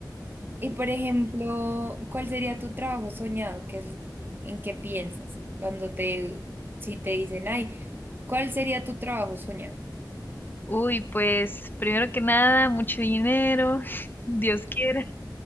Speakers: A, on the right; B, on the left.
A: y por ejemplo, ¿cuál sería tu trabajo soñado? ¿Qué es, en qué piensas cuando te, si te dicen, ay, ¿cuál sería tu trabajo soñado?
B: Uy, pues primero que nada, mucho dinero, <laughs> Dios quiera.